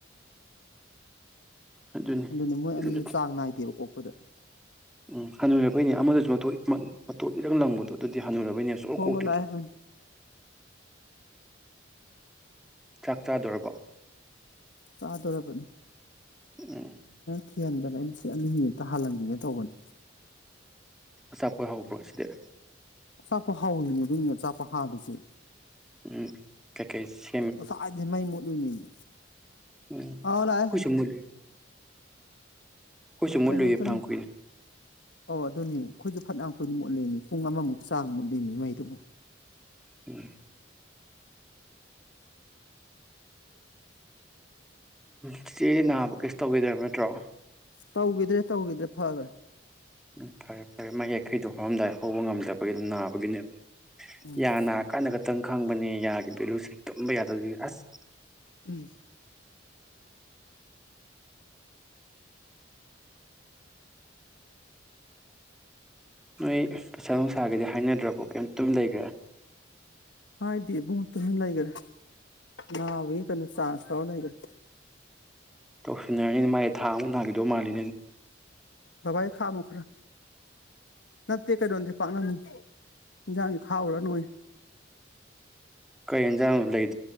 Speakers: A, in the centre; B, on the left.
A: ꯑꯗꯨꯅꯤ
B: ꯑꯗꯨꯅꯦ ꯃꯣꯏ ꯑꯅꯤ
A: ꯑꯗꯨ
B: ꯆꯥꯡ ꯅꯥꯏꯗꯦꯕꯀꯣ ꯄꯗ
A: ꯎꯝ ꯍꯟꯕꯩꯅꯦ ꯑꯃꯗꯁꯨ ꯃꯇ ꯃꯇ ꯏꯔꯪ ꯂꯪꯕꯗꯣ ꯑꯗꯨꯗꯤ ꯅꯤꯁꯨ ꯑꯣ
B: ꯍꯣꯏ
A: ꯀꯣꯇꯤꯗ
B: ꯍꯣꯏ ꯂꯥꯛꯑꯦ ꯎꯝ
A: ꯆꯥꯛ ꯆꯥꯗꯔꯕ
B: ꯇꯥꯗꯔꯄ
A: ꯎꯝ
B: ꯊꯤꯍꯟꯗꯅ ꯑꯩꯅ ꯁꯤ ꯑꯅꯤ ꯃꯤꯅꯤꯠꯇ ꯍꯜꯍꯟꯈꯤꯒꯦ ꯇꯧꯕꯅꯤ
A: ꯑ ꯆꯥꯞꯄꯣꯏ ꯍꯥꯎ ꯐꯔꯣꯁꯤꯗ
B: ꯆꯄ ꯍꯥꯎꯔꯤ ꯑꯗꯨꯅꯤꯅꯦ ꯆꯄ ꯍꯥꯜꯂꯤꯁꯦ
A: ꯎꯝ ꯀꯀꯩꯁꯤ
B: ꯑꯣꯁꯥꯏꯗꯤꯃꯥꯏ ꯃꯣꯠꯂꯨꯅꯤꯃꯤ
A: ꯎꯝ
B: ꯑ ꯂꯥꯏ
A: ꯑꯩꯈꯣꯏꯁꯨ ꯃꯨꯠꯂꯨꯏ ꯑꯩꯈꯣꯏꯁꯨ ꯃꯨꯠꯂꯨꯏꯌꯦ
B: ꯀꯩꯅꯣꯗꯅ
A: ꯐꯅꯌꯥꯝ ꯀꯨꯏꯅ
B: ꯑꯣ ꯑꯗꯨꯅꯤ ꯑꯩꯈꯣꯏꯁꯨꯦ ꯐꯅ ꯑꯩꯈꯣꯏꯅ ꯃꯨꯠꯂꯃꯤ ꯄꯨꯡ ꯑꯃꯃꯨꯛꯀꯤ ꯆꯥꯡ ꯃꯨꯠ ꯂꯦꯝꯃꯤ ꯃꯩꯗꯨꯕꯨ
A: ꯎꯝ ꯆꯤꯆꯦ ꯅꯥꯕ ꯀꯩꯁꯨ ꯇꯧꯤꯗꯣꯏꯔꯤꯕ ꯅꯠꯇ꯭ꯔꯣ
B: ꯇꯧꯈꯤꯗ꯭ꯔꯦ ꯇꯧꯈꯤꯗ꯭ꯔꯦ ꯐꯈ꯭ꯔꯦ
A: ꯎꯝ ꯐꯔꯦ ꯐꯔꯦ ꯃꯥ ꯌꯥꯡꯈꯩꯗꯣ ꯍꯧꯔꯝꯗꯥꯏ ꯍꯧꯕ ꯉꯝꯗꯕꯒꯤ ꯑꯗꯨꯝ ꯅꯥꯕꯒꯤꯅꯦꯕ
B: ꯎꯝ
A: ꯌꯥꯅꯥ ꯀꯥꯅꯒ ꯈꯤꯇꯪ ꯈꯪꯕꯅꯤ ꯌꯥꯒꯤ ꯚꯦꯂꯨꯁꯦ ꯇꯨꯝꯕ ꯌꯥꯗ ꯑꯁ
B: ꯎꯝ
A: ꯅꯣꯏ ꯄꯩꯁꯥ ꯅꯨꯡꯁꯥꯒꯤꯗꯤ ꯍꯥꯏꯅꯗ꯭ꯔꯕꯣ ꯀꯩꯝꯇꯨꯝ ꯂꯩꯈ꯭ꯔꯦ
B: ꯍꯥꯏꯗꯤ ꯏꯕꯨꯡ ꯇꯨꯃꯤ ꯂꯩꯈ꯭ꯔꯦ ꯅꯥꯕꯒꯤ ꯀꯩꯅꯣ ꯆꯥꯟꯁ ꯂꯧꯔ ꯂꯩꯈ꯭ꯔꯦ
A: ꯇꯧꯁꯤꯅ ꯃꯥꯥꯏ ꯊꯥꯎꯅꯒꯗꯣ ꯃꯥꯅꯦ
B: ꯕꯕꯥꯒꯤ ꯈꯥꯝꯃꯨ ꯈꯔ ꯅꯠꯇꯦ ꯀꯩꯩꯅꯣꯗꯤꯦ ꯄꯥꯛꯅꯝꯅꯤ ꯏꯟꯖꯥꯡꯁ ꯈꯥꯎꯔꯥ ꯅꯣꯏ
A: ꯀꯩꯟꯖꯥꯡ ꯂꯩ